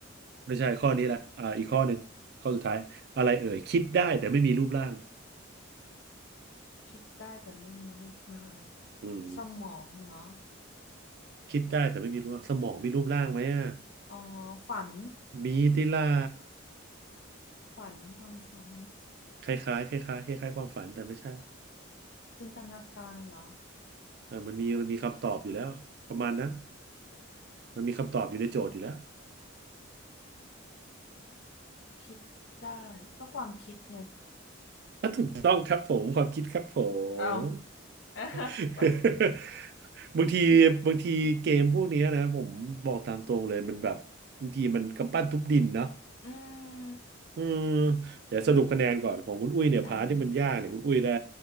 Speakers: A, on the right; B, on the left.
A: ไม่ใช่ข้อนี้แหละอ่าอีกข้อหนึ่งข้อสุดท้ายอะไรเอ่ยคิดได้แต่ไม่มีรูปร่าง
B: คิดได้แต่ไม่มีรูปร่าง
A: อืม
B: สมองเหรอ
A: คิดได้แต่ไม่มีรูปร่างสมองมีรูปร่างไหมอ่ะ
B: อ๋อฝัน
A: มีติล่า
B: ฝันความฝัน
A: คล้ายๆคล้ายๆคล้ายๆความฝันแต่ไม่ใช่
B: จินตนาการเหรอ
A: เออมันมีมันมีคำตอบอยู่แล้วประมาณนั้นมันมีคำตอบอยู่ในโจทย์อยู่แล้ว
B: คิดได้ก็ความคิดไง
A: อ่ะถูกต้องครับผมความคิดครับผ
B: เอา
A: ม
B: <laughs>
A: <laughs> บางทีบางทีเกมพวกเนี้ยนะผมบอกตามตรงเลยมันแบบบางทีมันกำปั้นทุบดินเนาะ
B: อืม
A: อืมเดี๋ยวสรุปคะแนนก่อนของคุณอุ้ยเนี่ยพาร์ทที่มันยากเนี่ยคุณอุ้ยได้
B: ได้ค่ะ